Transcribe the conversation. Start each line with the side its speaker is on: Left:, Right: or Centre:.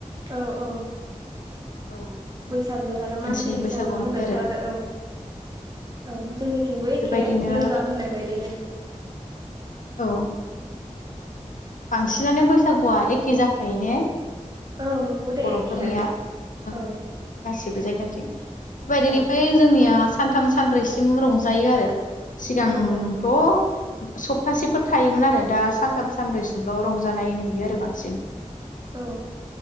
Right: औ औ
Left: औ
Right: सागो आरो
Left: मानसिनि
Right: मानसि बैसागो
Left: बैसागु हाबबाय
Right: होनोथ' आरो औ औ जोंनिथिंबो एखे
Left: बेबायदिनो
Right: लोगोआ होननाय बायदिनो
Left: औ बांसिनानो बैसागुआ एखे जाखायो ने
Right: औ नंगौ दे
Left: बर'फोरनिया
Right: एखेयानो
Left: ओ
Right: औ
Left: गासिबो जायगाथिं बेबायदिनिफिय
Right: औ
Left: जोंनिया सानथाम सानब्रैसिम रंजायो आरो सिगांथ'
Right: नंगौ
Left: सप्तासेफोर थायोमोन आरो दा सानथाम सानब्रैसिमल' रंजानाय नुयो आरो बांसिन
Right: औ